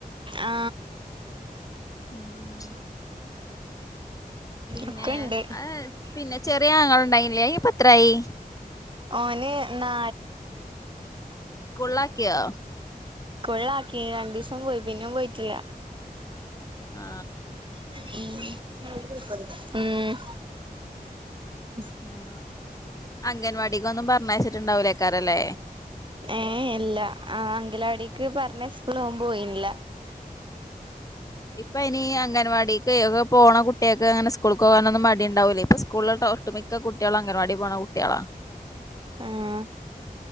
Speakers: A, on the right (about 30°); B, on the left (about 20°).
A: ആ.
B: <unintelligible> പിന്നെ
A: ഒക്കെ ഇണ്ട്
B: ആ പിന്നെ ചെറിയങ്ങളണ്ടായില്ലേ അയ്ൻ ഇപ്പെത്രായി?
A: ഓന് ഇന്നാ
B: സ്കൂളിലാക്യോ?
A: കൊള്ളാക്കി രണ്ടുസം പോയി പിന്നേ പോയിട്ടില്ല.
B: ആ
A: മ് ഇങ്ങൾ അതിലി കൂടുതൽ പറഞ്ഞിലെ മ്
B: അ അംഗൻവാടിക്കൊന്നും പറഞ്ഞച്ചിട്ടുണ്ടാവൂലേക്കാരല്ലേ?
A: ഏ ഇല്ല ആ അങ്കലടിക്ക് പറഞ്ഞചിട്ട് ഓൻ പോയിനില്ല.
B: ഇപ്പൊ ഇനി അംഗൻവാടി ക്കെ പോണ കുട്ടിക്കങ്ങനെ സ്കൂൾക്കോനൊന്നും മടിണ്ടാവുലെ ഇപ്പസ്കൂളിൽതോ ഒട്ടുമിക്ക കുട്ടികള അങ്ങവാടി പോണ കുട്ടിയളാ.
A: ആഹ